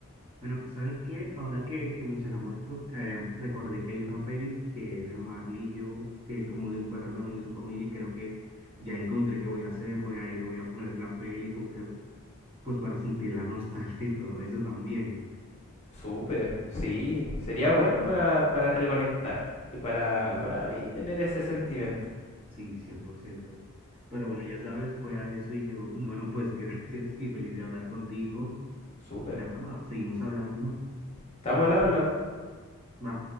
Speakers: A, on the right; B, on the left.
A: Bueno, ¿sabes qué? Ahora que, que mencionamos esto, eh, recordé que hay una peli que es de Marley y yo, que es como de un perro también y su familia, y creo que ya encontré qué voy a hacer, voy a ir, voy a poner la peli, como que, pues para sentir la nostalgia y todo eso también.
B: Súper, sí, sería bueno para, para reconectar y para,
A: Sí,
B: para ahí tener ese sentimiento.
A: sí, cien por ciento Pero bueno, ya sabes, voy a eso y yo, <laughs> bueno, pues gracias y feliz de hablar contigo.
B: Súper.
A: Nada, seguimos hablando.
B: Estamos al habla.
A: Va,